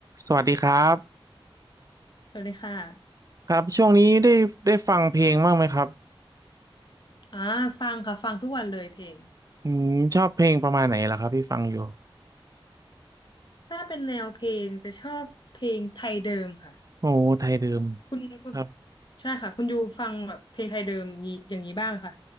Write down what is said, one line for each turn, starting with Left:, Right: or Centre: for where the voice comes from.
Right: สวัสดีครับ
Left: สวัสดีค่ะ
Right: ครับช่วงนี้ได้ได้ฟังเพลงบ้างไหมครับ
Left: อ่าฟังค่ะ ฟังทุกวันเลยเพลง
Right: อืมชอบเพลงประมาณไหนล่ะครับพี่ฟังอยู่
Left: ถ้าเป็นแนวเพลงจะชอบเพลงไทยเดิมค่ะ
Right: โอ้ไทยเดิม
Left: อ่าคุณคุณ
Right: ครับ
Left: ใช่ค่ะ คุณยูฟังแบบเพลงไทยเดิมนี้อย่างนี้บ้างไหมค่ะ